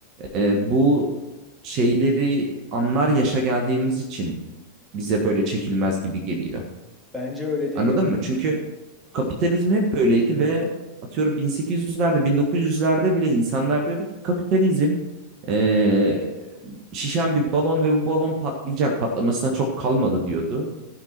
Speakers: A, on the right; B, in the centre.
A: E, bu şeyleri anlar yaşa geldiğimiz için bize böyle çekilmez gibi geliyor.
B: Bence öyle değil.
A: Anladın mı? Çünkü kapitalizm hep böyleydi ve atıyorum 1800'lerde 1900'lerde bile insanlar diyordu ki kapitalizm e, şişen bir balon ve bu balon patlayacak. Patlamasına çok kalmadı diyordu.